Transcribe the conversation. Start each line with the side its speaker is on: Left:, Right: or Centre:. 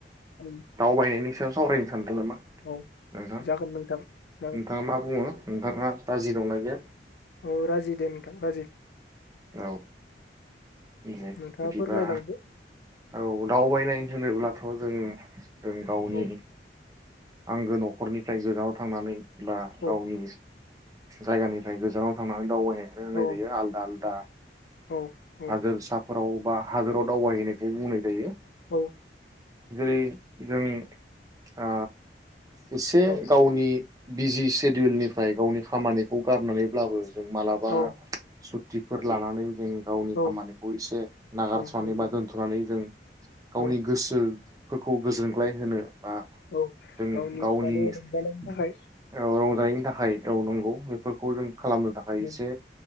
Left: आरो
Right: दावबायनायनि सायाव सावरायनो सानदों नामा
Left: औ
Right: नोंथां
Left: जागोन नोंथां जागोन
Right: नोंथाङा मा बुङो नोंथाङा राजि दंना गैया
Left: औ राजि दं नोंथां राजि
Right: औ बिदिबा
Left: नोंथाङा फोरमायलांदो
Right: औ दावबायनाय होनोबा थ'जों जों गावनि
Left: औ
Right: आंगो न'खरनिफ्राय गोजानाव थांनानै बा गावनि
Left: औ
Right: जायगानिफ्राय गोजानाव थांनानै दावबाय होनाइ
Left: औ
Right: जायो आल्दा आल्दा दा
Left: औ औ
Right: हागोन साफ फोराव बा हादोराव दावबायहैनायखौ बुंनाय जायो।
Left: औ
Right: जेरै जों आ एसे
Left: औ
Right: गावनि बिजि सेडिउलनिफ्राय गावनि खामानिखौ गारनानैब्लाबो जों मालाबा
Left: औ
Right: बेफोर लानानै जों गावनि
Left: औ
Right: खामानिखौ एसे नागारथनानै
Left: औ नंगौ
Right: बा दोन्थनानै जों गावनि
Left: औ
Right: गोसो फोरखौ गोजोनग्लाय होनो बा
Left: औ
Right: जों गावनि
Left: माने
Right: औ
Left: रंजानायनि थाखाय
Right: रंजानायनि थाखाय औ नांगौ बेफोरखौ जों खालामनो थाखाय
Left: औ
Right: एसे